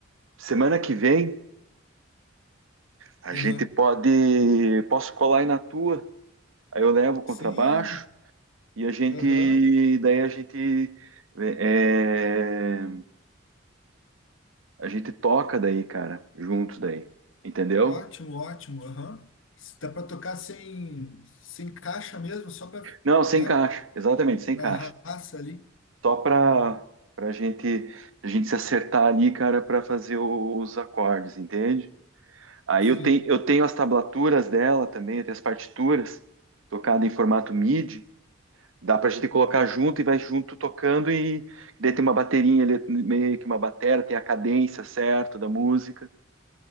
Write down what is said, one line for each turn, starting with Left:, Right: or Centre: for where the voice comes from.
Right: semana que vem a
Left: Aham.
Right: gente pode. Posso colar aí na tua. Aí eu levo o contrabaixo
Left: Sim,
Right: e a gente.
Left: aham.
Right: Daí a gente. é, é, a gente toca daí, cara, juntos daí. Entendeu?
Left: Ótimo, ótimo. Aham. Dá para tocar sem, sem caixa mesmo, só para,
Right: Não, sem
Left: né,
Right: caixa. Exatamente, sem
Left: na
Right: caixa.
Left: raça ali.
Right: Só pra, pra gente, a gente se acertar ali, cara, pra fazer o- os acordes, entende? Aí
Left: Sim,
Right: eu tenho, eu tenho as tablaturas dela também, eu tenho as partituras tocadas em formato MIDI. Dá pra gente colocar junto e vai junto tocando e daí tem uma baterinha ali, meio que uma batera, tem a cadência certa da música,